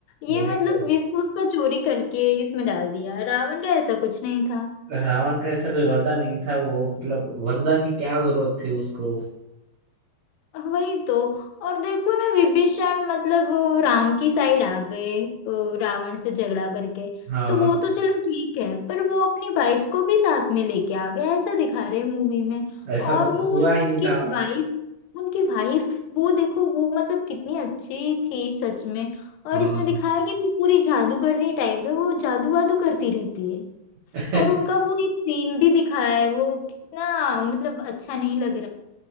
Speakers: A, on the right (about 85°); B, on the left (about 85°).
A: वही
B: ये मतलब
A: तो।
B: इस, उसका चोरी करके इसमें डाल दिया रावण का ऐसा कुछ नहीं था
A: रावण का ऐसा कोई वरदान नहीं था वो मतलब वरदान की क्या जरूरत थी उसको
B: वही तो और देखो ना विभीषण मतलब वो राम की साइड आ गए अ, रावण से झगड़ा करके
A: हाँ
B: तो वो तो चलो ठीक है पर वो अपनी वाइफ को भी साथ में लेके आ गया ऐसा दिखा रहे हैं मूवी में
A: ऐसा
B: और
A: तो कुछ
B: वो
A: हुआ ही नहीं
B: उनकी
A: था
B: वाइफ उनकी वाइफ वो देखो वो मतलब कितनी अच्छी थी सच में और
A: हाँ
B: इसमें दिखाया कि वो पूरी जादूगरनी टाइप है वो जादू वादू करती रहती है
A: <laughs>
B: और उनका वो एक सीन भी दिखाया है वो कितना मतलब अच्छा नहीं लग